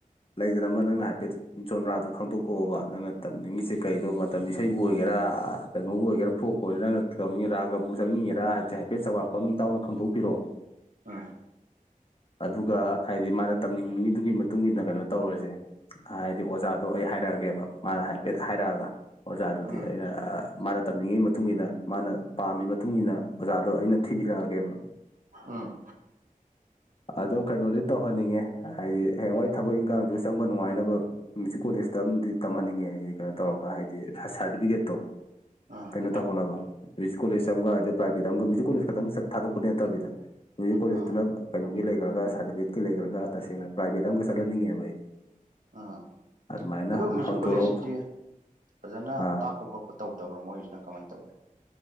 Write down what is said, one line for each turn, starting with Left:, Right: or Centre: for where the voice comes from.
Left: ꯂꯩꯗꯅ ꯑꯃ ꯅꯪꯅ ꯍꯥꯏ ꯆꯣꯟꯗ꯭ꯔꯥꯗꯨ ꯈꯪꯗꯣꯛꯑꯣꯕ ꯅꯪꯅ ꯇꯝꯅꯤꯡꯉꯤꯁꯦ ꯀꯩꯗꯣ ꯃꯇꯝ ꯏꯁꯩꯕꯨ ꯑꯣꯏꯒꯦꯔꯥ ꯀꯩꯅꯣꯕꯨ ꯑꯣꯏꯒꯦꯔꯥ ꯐꯣꯛꯄꯨ ꯑꯣꯢꯒꯦꯔꯥ ꯅꯪꯅ ꯊꯝꯅꯤꯡꯉꯤ ꯔꯥꯒꯕꯨ ꯆꯠꯅꯤꯡꯉꯦꯔ ꯍꯥꯏꯗꯤ ꯍꯥꯏꯐꯦꯠ ꯆꯥꯎꯔꯥꯛꯄ ꯃꯤ ꯇꯥꯎꯅ ꯈꯪꯗꯣꯛꯄꯤꯔꯛꯑꯣ
Right: ꯎꯝ
Left: ꯑꯗꯨꯒ ꯍꯥꯏꯗꯤ ꯃꯥꯅ ꯇꯝꯅꯤꯡꯉꯤꯗꯨꯒꯤ ꯃꯇꯨꯡ ꯏꯟꯅ ꯀꯩꯅꯣ ꯇꯧꯔꯁꯦ ꯍꯥꯏꯗꯤ ꯑꯣꯖꯥꯗꯣ ꯑꯩ ꯍꯥꯏꯔꯛꯑꯒꯦꯕ ꯃꯥꯅ ꯍꯥꯏꯐꯦꯠ ꯍꯥꯏꯔꯛꯑꯒ ꯑꯣꯖꯥꯗꯨꯗꯤ
Right: ꯎꯝ
Left: ꯑꯩꯅ ꯃꯥꯅ ꯇꯝꯅꯤꯡꯉꯤ ꯃꯇꯨꯡ ꯏꯟꯅ ꯃꯥꯅ ꯄꯥꯝꯃꯤ ꯃꯇꯨꯡ ꯏꯟꯅ ꯑꯣꯖꯥꯗꯣ ꯑꯩꯅ ꯊꯤꯕꯤꯔꯛꯑꯒꯦꯕ
Right: ꯎꯝ
Left: ꯑꯗꯣ ꯀꯩꯅꯣꯗꯤ ꯇꯧꯍꯟꯅꯤꯡꯉꯦ ꯍꯥꯏꯗꯤ ꯍꯌꯦꯡꯋꯥꯏ ꯊꯕꯛ ꯏꯪꯈꯥꯡꯁꯨ ꯆꯪꯕ ꯅꯨꯡꯉꯥꯏꯅꯕ ꯑꯗꯨꯒ ꯃ꯭ꯌꯨꯖꯤꯛ ꯀꯣꯂꯦꯖꯇ ꯑꯝꯗꯤ ꯇꯝꯍꯟꯅꯤꯡꯉꯦ ꯍꯥꯏꯗꯤ ꯀꯩꯅꯣ ꯇꯧꯔꯒ ꯍꯥꯏꯗꯤ ꯁꯥꯔꯇꯤꯐꯤꯀꯦꯠꯇꯣ
Right: ꯎꯝ
Left: ꯀꯩꯅꯣ ꯇꯧꯍꯧꯕ ꯀꯣꯂꯦꯖ ꯑꯃꯒ ꯑꯗꯩ ꯄ꯭ꯔꯥꯏꯚꯦꯠ ꯑꯃꯒ ꯃ꯭ꯌꯨꯖꯤꯛ ꯀꯣꯂꯦꯖ ꯈꯛꯇꯪ ꯆꯠ ꯊꯗꯣꯛꯄ ꯅꯠꯇꯕꯤꯗ ꯃ꯭ꯌꯨꯖꯤꯛ ꯀꯣꯂꯦꯖꯇꯨꯅ
Right: ꯎꯝ
Left: ꯀꯩꯅꯣꯒꯤ ꯂꯩ꯭ꯔꯒ ꯁꯥꯔꯇꯤꯐꯤꯀꯦꯠꯀꯤ ꯂꯩꯈ꯭ꯔꯒ ꯇꯁꯦꯡꯅ ꯄ꯭ꯔꯥꯏꯕꯦꯠ ꯑꯃꯒ ꯆꯠꯍꯟꯅꯤꯡꯉꯦꯕ ꯑꯩꯗꯤ
Right: ꯎꯝ
Left: ꯑꯗꯨꯃꯥꯏꯅ
Right: ꯑꯗꯣ ꯃ꯭ꯌꯨꯖꯤꯛ
Left: ꯍꯥꯡꯇꯣꯔꯛ
Right: ꯀꯣꯂꯦꯖꯁꯤꯗꯤ ꯐꯖꯅ
Left: ꯑꯥ
Right: ꯇꯥꯛꯄ ꯈꯣꯠꯄ ꯇꯧꯗꯕ꯭ꯔꯥ ꯃꯣꯏꯁꯤꯅ ꯀꯃꯥꯏꯅ ꯇꯧꯒꯦ